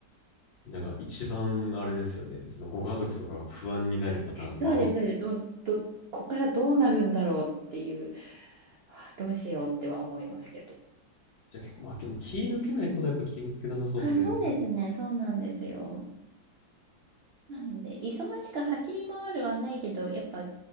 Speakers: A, on the left (about 85°); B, on the right (about 85°).
A: なんか一番あれですよね。そのご家族とかが不安になるパターンの。
B: そうです、そうですど、ど、ここからどうなるんだろうっていう、あどうしようっては思いますけど。
A: じゃあ結構、まあ、でも気抜けないことはやっぱ気抜けなさそうですね。
B: あ、そうですね。そうなんですよ。なので、忙しく走り回るはないけど、やっぱ、